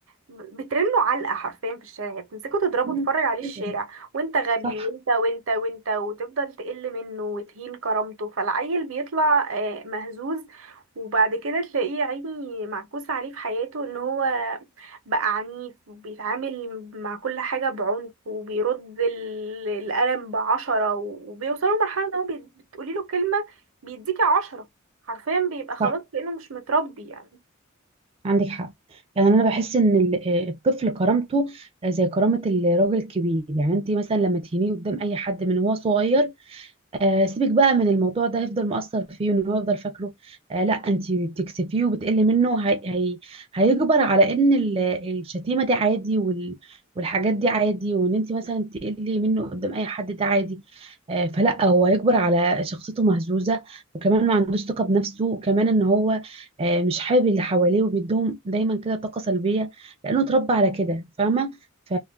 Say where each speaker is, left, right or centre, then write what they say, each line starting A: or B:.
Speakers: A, on the right; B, on the right.
A: ب- بترنه علقة حرفيا في الشارع يعني بتمسكه تضربه
B: مم.
A: تفرج عليه الشارع
B: أيوة،
A: وانت غبي
B: صح
A: وانت وانت وانت وتفضل تقل منه وتهين كرامته فالعيل بيطلع آه، مهزوز وبعد كده تلاقيه يا عيني معكوس عليه في حياته ان هو بقى عنيف وبيتعامل مع كل حاجة بعنف وبيرد ال- القلم بعشرة وبيوصلوا لمرحلة ان هو بي- بتقولي له كلمة بيديكي عشرة حرفيا بيبقى
B: صح
A: خلاص كأنه مش متربي يعني
B: عندك حق يعني انا بحس ان ال- آه، الطفل كرامته آه، زي كرامه الراجل الكبير يعني انت مثلا لما تهينيه قدام اي حد من هو صغير آه، سيبك بقى من الموضوع ده هيفضل مؤثر فيه وان هو يفضل فاكره آه، لا انت بتكسفيه وبتقلي منه هي هي هيجبر على ان ال- الشتيمه دي عادي وال والحاجات دي عادي وان انت مثلا تقلي منه قدام اي حد ده عادي آه، فلا هو هيجبر على شخصيته مهزوزه وكمان ما عندوش ثقه بنفسه وكمان ان هو آه، مش حابب اللي حواليه وبيديهم دايما كده طاقه سلبيه لانه اتربى على كده فاهمه ف...